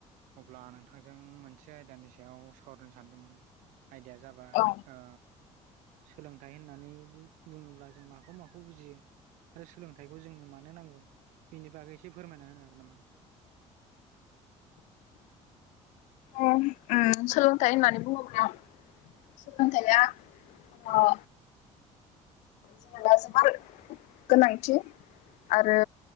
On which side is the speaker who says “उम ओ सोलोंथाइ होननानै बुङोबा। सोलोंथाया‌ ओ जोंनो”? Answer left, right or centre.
Left